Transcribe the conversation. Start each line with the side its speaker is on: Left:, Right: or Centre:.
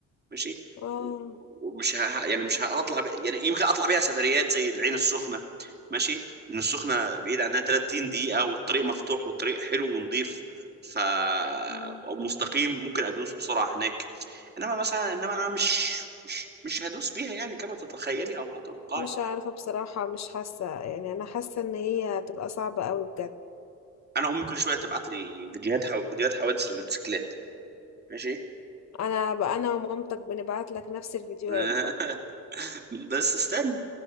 Right: ماشي
Left: اه
Right: ومش ه... يعني مش هطلع ب... يعني يمكن اطلع بيها سفريات زي العين السخنه ماشي لان السخنه بعيد عنها 30 دقيقه والطريق مفتوح والطريق حلو ونظيف ف
Left: مم.
Right: او مستقيم ممكن ادوس بسرعه هناك انما مثلا انما انا مش مش مش هدوس بيها يعني كما تتخيلي او هتوقعي
Left: مش عارفة بصراحة مش حاسة يعني أنا حاسة إن هي هتبقى صعبة قوي بجد
Right: انا امي كل شويه تبعت لي فيديوهات حو... فيديوهات حوادث لموتوسيكلات ماشي
Left: أنا بقى أنا ومامتك بنبعت لك نفس الفيديوهات
Right: <laughs>
Left: بقى
Right: بس استنى